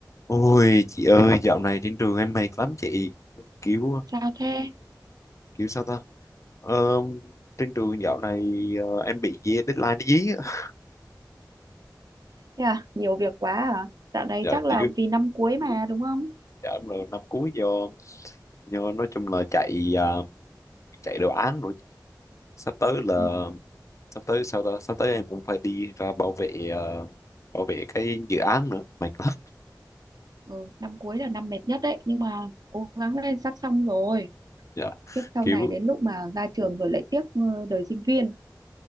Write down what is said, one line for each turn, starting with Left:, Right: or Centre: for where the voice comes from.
Left: Ôi chị ơi dạo này trên trường em mệt lắm chị kiểu
Right: Sao thế?
Left: kiểu sao ta ờ, trên trường dạo này ờ, em bị dí- deadline nó dí á.
Right: Thế à? Nhiều việc quá à? Dạo này
Left: dạ,
Right: chắc là
Left: kiểu
Right: vì năm cuối mà đúng không?
Left: dạ, em là năm cuối do do nói chung là chạy à, chạy đồ án rồi sắp tới là
Right: Ừ.
Left: sắp tới sao ta sắp tới em cũng phải đi ra bảo vệ ờ, bảo vệ cái dự án nữa mệt lắm
Right: ừ, năm cuối là năm mệt nhất đấy, nhưng mà cố gắng lên sắp xong rồi.
Left: dạ.
Right: Kiếp sau
Left: kiểu
Right: này đến lúc mà ra trường rồi lại tiếc ờ, đời sinh viên.